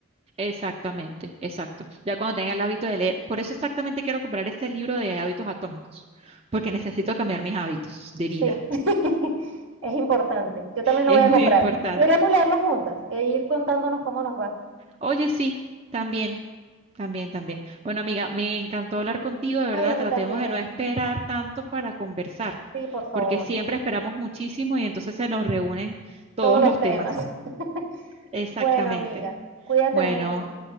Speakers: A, on the right (about 30°); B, on the right (about 70°).
A: exactamente, exacto. Ya cuando tenga el hábito de leer, por eso exactamente quiero comprar ese libro de hábitos atómicos, porque necesito cambiar mis hábitos de
B: Sí,
A: vida.
B: <laughs> es importante. Yo también lo
A: Es
B: voy a
A: muy
B: comprar.
A: <laughs> importante.
B: Deberíamos leerlo juntas e ir contándonos cómo nos va.
A: Oye, sí, también, también, también. Bueno, amiga, me encantó hablar contigo, de verdad.
B: Ay, a mí
A: Tratemos
B: también.
A: de no esperar tanto para conversar,
B: Sí, por favor.
A: porque siempre esperamos muchísimo y entonces se nos reúnen todos
B: Todos los
A: los
B: temas.
A: temas.
B: <laughs>
A: Exactamente.
B: Bueno, amiga, cuídate
A: Bueno,
B: mucho.